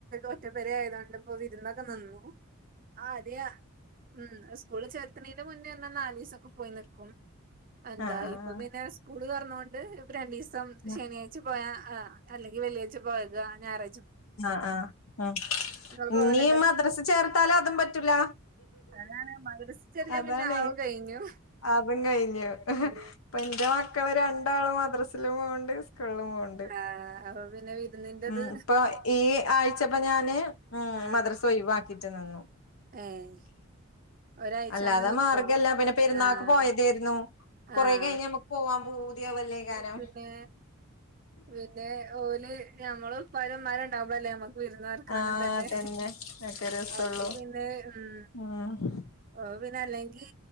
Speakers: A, on the right; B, on the left.
A: ഒറ്റ പെര ആയതോണ്ട് ഇപ്പൊ വിരുന്നൊക്കെ നിന്നു
B: <unintelligible>
A: ആ അതെയ ഉം സ്കൂള് ചേർത്ത്ണിന്റെ മുന്നേ അർഞ്ഞ നാലീസൊക്കെ പോയി നിക്കും എന്താ
B: ആഹ്
A: ഇപ്പൊ പിന്നെ സ്കൂള് തൊർന്നോണ്ട് ഇപ്പം രണ്ടീസം
B: ആഹ്
A: ശനിയാഴ്ച പോയാ ആ അല്ലെങ്കിൽ വെള്ളിയാഴ്ച പോയക ഞായർ
B: അഹ് ആഹ് ഉം
A: ഇങ്ങള് പോവലുണ്ടോ?
B: ഇനി മദ്രസ് ചേർത്താല് അതും പറ്റൂല
A: അതാണ് മദ്രസ ചെറിയ
B: അതാണ്
A: പിന്നെ ആവും കഴിഞ്ഞു.
B: അതും കഴിഞ്ഞു
A: ഉം
B: ഇപ്പന്റെ മക്കള് രണ്ടാളും മദ്രസിലും പോവ്ണ്ട്. സ് കൂൾളും പോവ്ണ്ട്
A: ആഹ് അപ്പൊ പിന്നെ വിരുന്നിന്റത്
B: ഉം ഇപ്പൊ ഈ ആഴ്ചപ്പ ഞാന് ഉം
A: ആഹ്
B: മദ്രസ ഒഴിവാക്കിട്ട് നിന്നു
A: ഏഹ് ഒരാഴ്ച
B: അല്ലാതെ
A: അങ്ങനെ നിക്കോ?
B: മാർഗ്ഗല്ല പിന്നെ പെരുന്നാൾക്ക്
A: ആഹ്
B: പോയതേയ്രുന്നു കൊറേ
A: ആഹ്
B: കഴിഞ്ഞ നമ്മക്ക് പോവാൻ പൂതി ആവ ല്ലേ കാരം
A: പിന്നെ പിന്നെ ഓല് നമ്മള് ഇപ്പാരും ഇമ്മാരുംണ്ടാവുമ്പള് അല്ലേ നമ്മക്ക് വിരുന്നാർക്കാനും
B: ആ
A: തന്നെ
B: അതന്നെ ഒക്കെ രസള്ളൂ
A: അപ്പൊ പിന്നെ ഉം
B: ഉം
A: ഓഹ് പിന്നല്ലെങ്കി